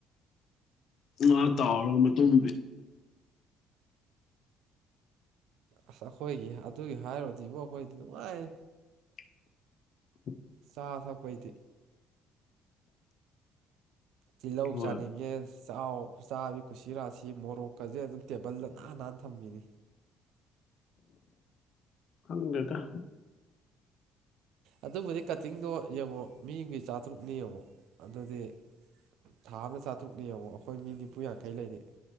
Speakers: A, on the left; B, on the right.
A: ꯃꯥ ꯇꯥꯎꯔ ꯃꯇꯨꯝ ꯄꯤ
B: ꯑꯁ ꯑꯩꯈꯣꯏꯒꯤ ꯑꯗꯨꯒꯤ ꯍꯥꯏꯔꯨꯗꯤꯕꯨ ꯑꯩꯈꯣꯏꯗꯤ ꯅꯨꯡꯉꯥꯏ
A: <inaudible>
B: ꯆꯥ ꯊꯛꯄꯩꯗꯤ ꯇꯤꯜꯍꯧ
A: ꯍꯣꯏ
B: ꯆꯥꯅꯤꯡꯉꯦ ꯏꯆꯥꯎ ꯆꯥꯕꯤ ꯀꯨꯁꯤꯔꯥꯁꯤ ꯃꯣꯔꯣꯛꯀꯁꯦ ꯑꯗꯨꯝ ꯇꯦꯕꯜꯗ ꯅꯥꯟꯅ ꯅꯥꯟꯅ ꯊꯝꯕꯤꯅꯤ
A: ꯍꯪꯗꯦꯗ
B: ꯑꯗꯨꯕꯨꯗꯤ ꯀꯠꯇꯤꯡꯗꯣ ꯌꯦꯡꯉꯣ ꯃꯤ ꯑꯃꯒꯤꯒꯤ ꯆꯥꯇꯔꯨꯛꯅꯤ ꯌꯦꯡꯉꯣ ꯑꯗꯨꯗꯤ ꯊꯥ ꯑꯃꯅ ꯆꯥꯇ꯭ꯔꯨꯛꯅ ꯌꯦꯡꯉꯣ ꯑꯩꯈꯣꯏ ꯃꯤ ꯅꯤꯐꯨ ꯌꯥꯡ ꯌꯥꯡꯈꯩ ꯂꯩꯗꯦ